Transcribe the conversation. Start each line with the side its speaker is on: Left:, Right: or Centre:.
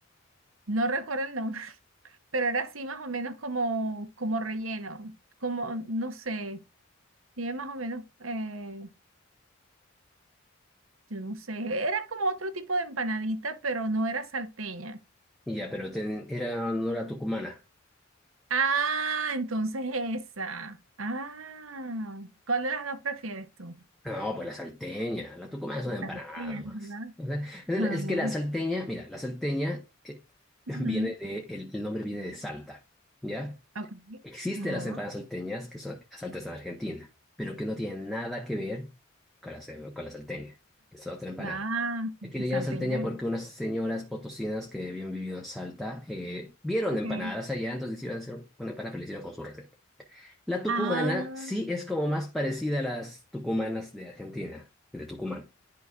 Right: No recuerdo el nombre, <laughs> pero era así más o menos como, como relleno, como, no sé, tiene más o menos, eh, yo no sé, era como otro tipo de empanadita, pero no era salteña.
Centre: Y ya, pero ten- era, no era tucumana.
Right: Ah, entonces esa. Ah, ¿cuál de las dos prefieres tú?
Centre: No, pues la salteña. La tucumana es una empanada
Right: Salteña,
Centre: nomás.
Right: ¿verdad?
Centre: O sea, es,
Right: Ajá.
Centre: es que la salteña, mira, la salteña eh,
Right: ujú,
Centre: <laughs> viene de, el, el nombre viene de Salta, ¿ya?
Right: ok,
Centre: Existen
Right: Ajá.
Centre: las empanadas salteñas, que son las salteñas en Argentina, pero que no tienen nada que ver con la, con la salteña. Es otra empanada.
Right: Ah,
Centre: Aquí le llaman
Right: salteña.
Centre: salteña porque unas señoras potosinas que habían vivido en Salta eh, vieron
Right: Okay.
Centre: empanadas allá, entonces decidieron hacer una empanada, pero la hicieron con su receta. La tucumana
Right: Ah.
Centre: sí es como más parecida a las tucumanas de Argentina, de Tucumán.